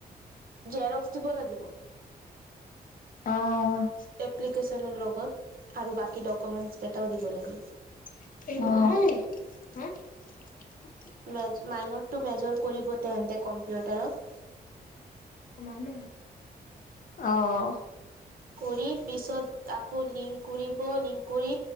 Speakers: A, on the right; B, on the left.
A: জেৰক্স দিব লাগিব।
B: অ'।
A: এপ্লিকেশ্বনৰ লগত আৰু বাকী ডকুমেন্টছ কেইটাও দিব লাগিব।
B: অ'। <unintelligible>
A: মে -মাইনৰটো মেজৰ কৰিব তেহনতে কম্পিউটাৰত।
B: <unintelligible> অ'।
A: কৰি পিছত আকৌ লিংক কৰিব লিংক কৰি